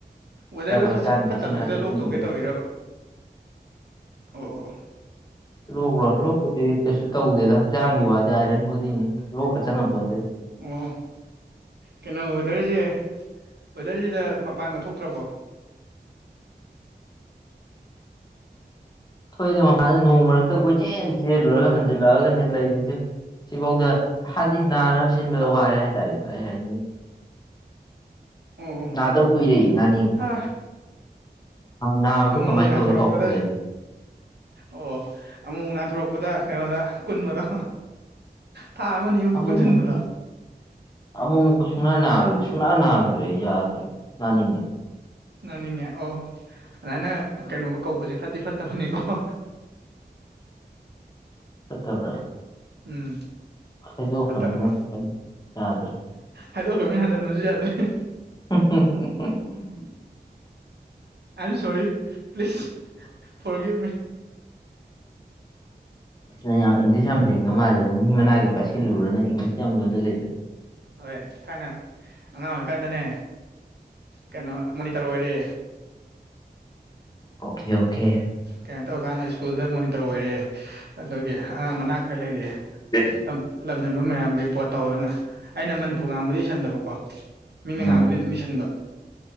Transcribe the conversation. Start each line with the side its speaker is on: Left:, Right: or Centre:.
Right: ꯋꯦꯗꯔꯒ
Left: ꯍꯛꯆꯥꯡꯁꯤ
Right: ꯐꯠꯇꯕꯁꯤꯗ
Left: ꯏꯁꯤꯡ ꯈꯔ ꯊꯛꯆꯤꯟꯕꯁꯦ
Right: ꯂꯣꯛ ꯇꯧꯒꯦ ꯇꯧꯔꯤꯔꯕ ꯑꯣ
Left: ꯂꯣꯛ꯭ꯔꯣ ꯂꯣꯛꯄꯗꯤ ꯀꯩꯁꯨ ꯇꯧꯗꯦꯗ ꯍꯛꯆꯥꯡꯒꯤ ꯋꯥꯗꯤ ꯑꯥꯏꯔꯟ ꯕꯣꯗꯤꯅꯤ ꯂꯣꯛꯀ ꯆꯪꯉꯛꯄꯣꯗꯦꯗ
Right: ꯑꯣ ꯀꯩꯅꯣ ꯋꯦꯗꯔꯁꯦ ꯋꯦꯗꯔꯁꯤꯗ ꯃꯄꯥꯟꯒ ꯊꯣꯛꯇ꯭ꯔꯕꯣ
Left: ꯊꯣꯏꯗ ꯃꯄꯥꯟꯗ ꯅꯣꯡ ꯃꯔꯛꯇ ꯀꯣꯏꯆꯦꯜ ꯆꯦꯜꯂꯨꯔꯒ ꯍꯟꯖꯤꯜꯂꯛꯑꯒꯅꯦ ꯂꯩꯔꯤꯁꯦ ꯁꯤꯐꯥꯎꯗ ꯍꯥꯏꯗꯤ ꯅꯥꯅꯕ ꯁꯤꯟꯕꯗ
Right: ꯁꯥ
Left: ꯋꯥꯔꯦ ꯍꯥꯏꯇꯥꯔꯦꯕ ꯑꯩ ꯍꯥꯏꯅꯤꯡꯉ
Right: ꯑꯣ ꯑꯣ
Left: ꯅꯥꯗꯧ ꯀꯨꯏꯔꯦ ꯅꯥꯅꯤꯡ
Right: ꯍꯥ
Left: ꯅꯥꯕꯗꯨ
Right: ꯑꯃꯨꯛꯃꯨꯛ
Left: ꯀꯃꯥꯏꯅ
Right: ꯅꯥꯊꯣꯔꯛꯄꯗ
Left: ꯇꯧꯋꯤ ꯀꯥꯎꯁꯨ ꯂꯩ
Right: ꯑꯣ ꯑꯃꯨꯛ ꯅꯥꯟꯊꯣꯔꯛꯄꯗ ꯀꯩꯅꯣꯗ ꯀꯨꯟꯕꯗꯣ ꯊꯥ ꯑꯃꯅꯤꯃꯨꯛꯀ
Left: ꯑꯃꯨꯛ
Right: ꯀꯨꯟꯁꯤꯟꯕꯗꯣ
Left: ꯃꯨꯛ ꯑꯃꯨꯛꯨꯛꯀ ꯁꯨꯡꯅꯥ ꯅꯥꯈꯤꯗ ꯁꯨꯡꯅꯥ ꯅꯥꯈꯤꯗ꯭ꯔꯦ ꯌꯥꯗ꯭ꯔꯦ ꯅꯥꯅꯤꯡꯉ
Right: ꯅꯥꯅꯤꯡꯉꯦ ꯑꯣ ꯑꯗꯨꯃꯥꯏꯅ ꯀꯩꯅꯣꯒ ꯀꯧꯕꯁꯦ ꯐꯠꯇꯤ ꯐꯠꯇꯕꯅꯤꯀꯣ
Left: ꯆꯠꯇꯕ꯭ꯔꯥ
Right: ꯎꯝ
Left: ꯈꯥꯏꯗꯣꯛꯈ꯭ꯔꯕꯅꯤꯅ
Right: ꯐꯠꯇꯕꯅꯤ
Left: ꯌꯥꯗ꯭ꯔꯦ
Right: ꯍꯥꯏꯗꯣꯛꯈ꯭ꯔꯕꯅꯤ ꯍꯟꯖꯤꯟꯕꯁꯨ ꯌꯥꯗ꯭ꯔꯦ
Left: ꯍꯥ <unintelligible>
Right: ꯑꯥꯏ ꯑꯦꯝ ꯁꯣꯔꯤ ꯄ꯭ꯂꯤꯖ ꯐꯣꯔꯒꯤꯞ ꯃꯤ
Left: ꯏꯁꯅ ꯌꯥꯝ ꯏꯪꯂꯤꯁ ꯌꯥꯝ ꯂꯤꯡꯒ ꯃꯥꯜꯂꯦ ꯑꯗꯣ ꯃꯍꯤ ꯃꯅꯥꯏꯒꯤ ꯄꯥꯏꯁꯤꯜꯂꯨꯨꯔꯅ ꯏꯪꯂꯤꯁ ꯌꯥꯝ ꯂꯣꯜꯖꯜꯂꯛ ꯏ ꯗꯣ
Right: ꯍꯣꯏ ꯊꯥꯏꯅ ꯑꯉꯥꯡ ꯑꯣꯏꯔꯤꯀꯥꯟꯗꯅꯦ ꯀꯩꯅꯣ ꯃꯣꯅꯤꯇꯔ ꯑꯣꯏꯔꯦ
Left: ꯑꯣꯀꯦ ꯑꯣꯀꯦ
Right: ꯀꯩꯅꯥꯏ ꯇꯧꯔꯀꯥꯟꯗ ꯁ꯭ꯀꯨꯜꯗ ꯃꯣꯅꯤꯇꯔ ꯑꯣꯏꯔꯛꯑꯦ ꯑꯗꯨꯒꯤ ꯑꯉꯥꯡ ꯃꯅꯥ ꯈꯔ ꯂꯩꯔꯛꯑꯦ
Left: <unintelligible>
Right: ꯂꯝꯍꯦꯟꯕ ꯃꯌꯥꯝ ꯔꯤꯄꯣꯔꯠ ꯇꯧꯗꯅ ꯑꯩꯅ ꯃꯅꯤꯄꯨꯔ ꯉꯥꯡꯕꯗ ꯏꯁꯟꯗꯕꯀꯣ ꯃꯤꯅ
Left: ꯎꯝ
Right: ꯉꯥꯡꯕꯗꯤ ꯑꯗꯨꯝ ꯏꯁꯁꯤꯟꯕ